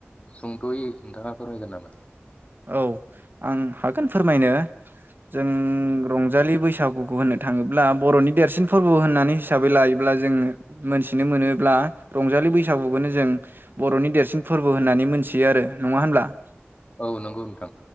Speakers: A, on the left; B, on the right.
A: सुंदयै नोंथाङा फोरमायगोन नामा?
B: औ आं हागोन फोरमायनो जों रंजालि बैसो बैसागुखौ होननो थाङोब्ला ब'रनि देरसिन फोरबो होननानै हिसाबै लायोब्ला जों मोनथिनो मोनोब्ला रंजालि बैसागुखौनो जों बर'नि देरसिन फोरबो होननानै मोनथियो आरो नङा होनब्ला? नोंथां
A: औ नंगौ नोंथां।